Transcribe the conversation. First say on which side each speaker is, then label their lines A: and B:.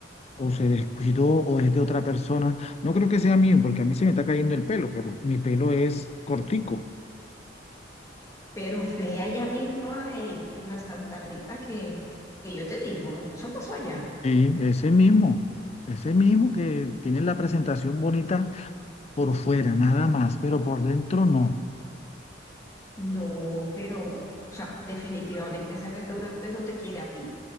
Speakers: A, on the left; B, on the left.
A: o se descuidó o es de otra persona. No creo que sea mío porque a mí se me está cayendo el pelo, pero mi pelo es cortico.
B: Pero fue allá mismo en, en la Santa Rita que, que yo te digo, eso pasó allá.
A: Sí, ese mismo, ese mismo que tiene la presentación bonita por fuera, nada más, pero por dentro no.
B: No, pero, o sea, definitivamente ese restaurante no te quiere a ti,